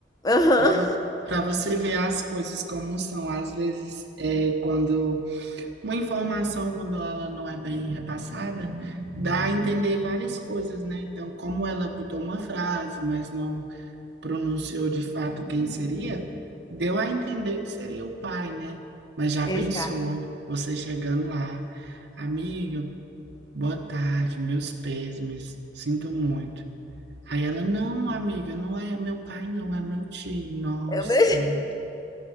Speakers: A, on the left; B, on the right.
A: Aham.
B: Pra, vo- pra você ver as coisas como são. Às vezes, é, quando uma informação, quando ela não é bem repassada, dá a entender várias coisas, né? Então, como ela botou uma frase, mas não. pronunciou de fato quem seria, deu a entender que seria o pai, né? Mas já
A: Exato.
B: pensou, você chegando lá, amiga, boa tarde, meus pêsames, sinto muito. Aí ela, não, amiga, não é meu pai, não, é meu tio, nossa.
A: É o meu